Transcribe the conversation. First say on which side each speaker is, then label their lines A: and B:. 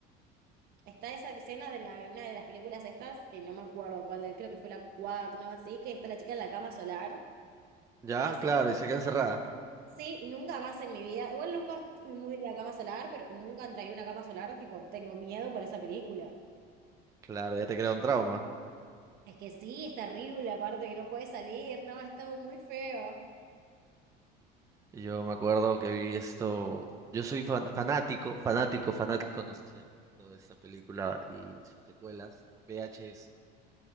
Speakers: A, on the right; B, on the right.
A: Está esa escena de la, una de las películas estas, que no me acuerdo cuál, de- creo que fue la 4 no así, que está la chica en la cama solar
B: Ya,
A: y se
B: claro,
A: me...
B: y se queda encerrada.
A: Sí, y nunca más en mi vida. Igual nunca fui muy de la cama solar, pero nunca entraría a una cama solar, tipo, tengo miedo por esa película.
B: Claro, ya te crea un trauma.
A: Es que sí, es terrible, aparte que no puedes salir, no, es todo muy feo.
B: Y yo me acuerdo que vi esto, yo soy fan- fanático, fanático, fanático, no sé si has visto esta película y sus secuelas, VHS.